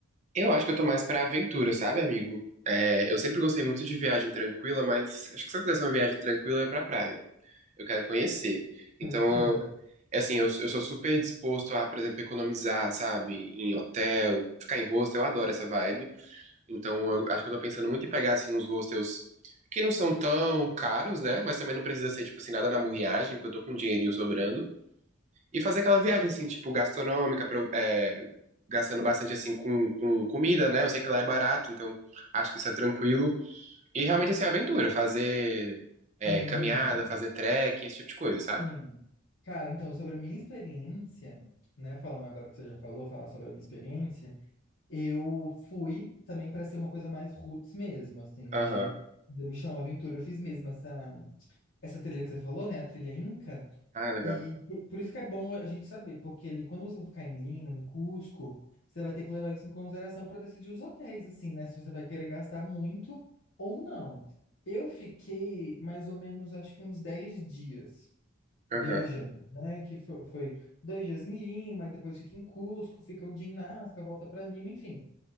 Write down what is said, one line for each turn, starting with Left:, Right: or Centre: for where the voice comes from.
Right: Eu acho que eu tô mais pra aventura, sabe, amigo? É, eu sempre gostei muito de viagem tranquila, mas acho que se eu quisesse uma viagem tranquila é pra praia. eu quero conhecer. Então,
Left: Sim,
Right: eu- é assim, eu, eu sou super disposto a, por exemplo, economizar, sabe? Em hotel, ficar em hostel, eu adoro essa vibe. Então, eu acho que eu tô pensando muito em pegar, assim, uns hostels que não são tão caros, né? Mas também não precisa ser, tipo assim, nada na murriagem, porque eu tô com um dinheirinho sobrando. E fazer aquela viagem, assim, tipo, gastronômica, pro- é, gastando bastante, assim, com, com comida, né? Eu sei que lá é barato, então acho que isso é tranquilo. E realmente, assim, aventura, fazer é,
Left: sim.
Right: caminhada, fazer trekking, esse tipo de coisa, sabe?
Left: Sim. Cara, então, sobre a minha experiência, né, falando agora que você já falou, falar sobre a minha experiência, eu fui também para ser uma coisa mais roots mesmo, assim,
Right: Aham.
Left: de do Mochilão Aventura. Eu fiz mesmo essa, essa trilha que você falou, né, a trilha Inca,
Right: Ah, legal.
Left: e por por isso que é bom a gente saber, porque ali quando você ficar em Lima, em Cusco, você vai ter que levar isso em consideração para decidir os hotéis, assim, né, se você vai querer gastar muito ou não. Eu fiquei mais ou menos, acho que uns 10 dias
Right: Aham.
Left: viajando, né? Que fo- foi, dois dias em Lima, e depois fica em Cusco, fica um dia em Nazca, volta para Lima, enfim.